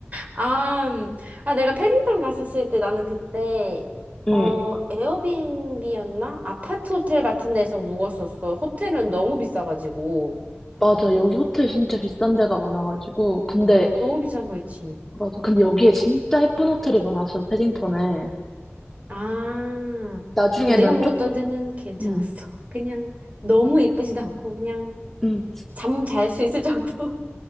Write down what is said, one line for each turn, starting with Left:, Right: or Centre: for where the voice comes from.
Right: 아, 음. 아, 내가 패딩턴 갔었을 때 나는 그때,
Centre: 응,
Right: 어, 에어비앤비였나? 아파트 호텔 같은 데서 묵었었어. 호텔은 너무 비싸가지고.
Centre: 맞아. 여기 호텔 진짜 비싼 데가 많아가지고. 근데
Right: 너무 비싼 거 있지.
Centre: 맞아. 근데 여기에 진짜 예쁜 호텔이 많았어, 패딩턴에.
Right: 아,
Centre: 나중에
Right: 어, 내가
Centre: 난
Right: 묵었던
Centre: 쪽,
Right: 데는 괜찮았어.
Centre: 응,
Right: <laughs> 그냥 너무 예쁘지도 않고, 그냥
Centre: 응,
Right: 잠 잘 수 있을 정도. <laughs>